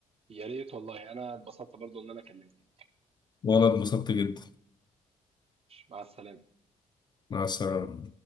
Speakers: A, on the right; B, on the left.
A: يا ريت والله انا اتبسطت برضه ان انا كلمتك
B: وانا اتبسطت جدا
A: مع السلامه
B: مع السلامة